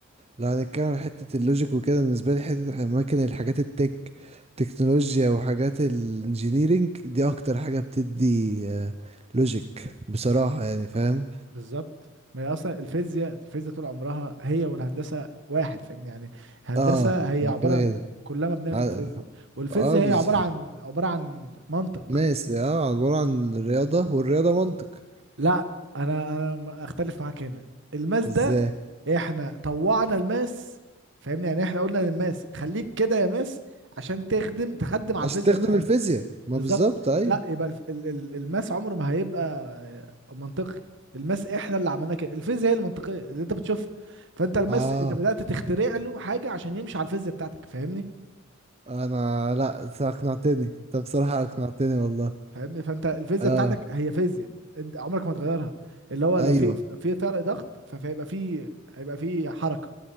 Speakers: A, on the right; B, on the right.
A: لو هنتكلم عن حتة اللوجيك وكده بالنسبة لي حتة أماكن الحاجات التك تكنولوجيا وحاجات الانجينيرينج دي أكتر حاجة بتدي آه، لوجيك بصراحة يعني فاهم
B: ب- بالظبط ما هي اصلا الفيزياء الفيزياء طول عمرها هي والهندسه واحد فاهمني يعني هندسه
A: اه
B: هي
A: ما
B: عباره
A: كده
B: عن-
A: كده
B: كلها مبنيه في
A: ع-
B: الفيزياء والفيزياء
A: اه بز...
B: هي عباره عن عباره عن منطق
A: ماشي اه عبارة عن الرياضة والرياضة منطق
B: لا انا انا ما- اختلف معاك هنا الماس
A: ازاي
B: ده احنا طوعنا الماس فاهمني يعني احنا قلنا للماس خليك كده يا ماس عشان تخدم تخدم على
A: عشان
B: الفيزياء
A: تخدم
B: بتاعتنا
A: الفيزياء ما
B: بالظبط
A: بالظبط ايوه
B: لا يبقى الف- ال- ال- الماس عمره ما هيبقى منطقي الماس احنا اللي عملناه كده الفيزياء هي المنطقيه اللي انت بتشوفها فانت الماس
A: اه
B: انت بدات تخترع له حاجه عشان يمشي على الفيزياء بتاعتك فاهمني
A: انا لا أنت اقنعتني انت بصراحة اقنعتني والله
B: فاهمني فانت الفيزياء
A: اه
B: بتاعتك هي فيزياء انت عمرك ما تغيرها اللي هو لو
A: ايوه
B: في في فرق ضغط فهيبقى في هيبقى في حركه